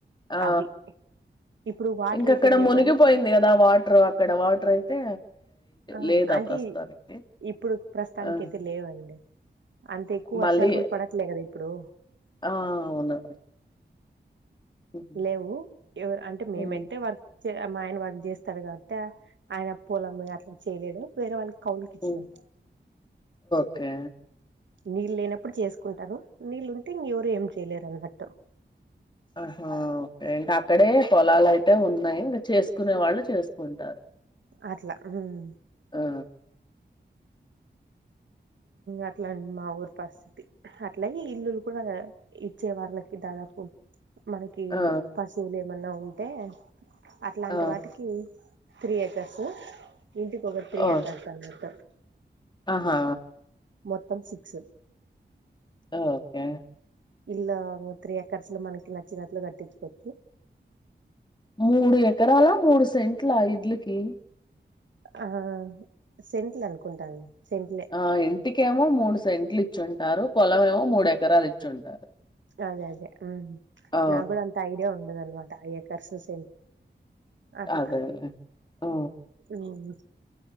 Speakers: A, on the left; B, on the right.
A: ఆ
B: అవి ఇప్పుడు వాటర్
A: ఇంకా
B: అయితే
A: అక్కడ
B: లేవు
A: మునిగిపోయింది
B: గాని
A: కదా వాటర్ అక్కడ వాటర్ అయితే
B: ఆ
A: లేదు
B: అంటె
A: ప్రస్తుతానికి
B: ఇప్పుడు ప్రస్తుతానినికైతే
A: ఆ
B: లేవండి అంత ఎక్కువ వర్షాలు
A: మళ్ళీ
B: కూడా పడట్లే కదా ఇప్పుడు
A: ఆ అవును హుహు.
B: లేవు ఎవరు అంటే మేమైతే
A: హ్మ్
B: వర్ మా ఆయన వర్క్ చేస్తడు కాబట్టి ఆయన పొలము అట్ల చేయలేడు వేరే వాళ్ళకి కౌలుకిచ్చినం
A: హ్మ్ ఓకే
B: నీళ్ళు లేనప్పుడు చేసుకుంటరు నీళ్లుుంటే ఇంగ ఎవరు ఏం చేయలేరన్నట్టు
A: ఆహా ఓకే ఇంకా అక్కడే పొలాలయితే ఉన్నాయి ఇంకా చేసుకునే వాళ్ళు చేసుకుంటారు
B: అట్లా ఉమ్
A: ఆ
B: అట్లా మా ఊరు పరిస్థితి అట్లా ఇల్లులు కూడా ఇచ్చే వాళ్ళకి దాదాపు మనకి
A: ఆ
B: పశువులు ఏమన్నా ఉంటే అట్లాంటి
A: ఆ
B: వాటికి త్రీ ఏకర్స్ ఇంటికి ఒక త్రీ
A: ఓ
B: ఏకర్స్ అనమాట
A: ఆహా
B: మొత్తం సిక్స్
A: ఓకే
B: ఇల్లా త్రీ ఎకర్స్ లో మనకి నచ్చినట్లు కట్టించుకోవచ్చు
A: మూడు ఎకరాల మూడు సెంట్లా ఇడ్లుకి
B: ఆ సెంట్లు అనుకుంటాను సెంట్లే
A: ఆ ఇంటికేమో మూడు సెంట్లు ఇచ్చుంటారు పొలంమేమో మూడు ఎకరాలు ఇచ్చుంటారు
B: అదే అదే
A: ఆ
B: నా కూడా అంత ఐడియా ఉండదు అన్నమాట ఎకర్సు సే అట్లా
A: అదేలే ఆ
B: మ్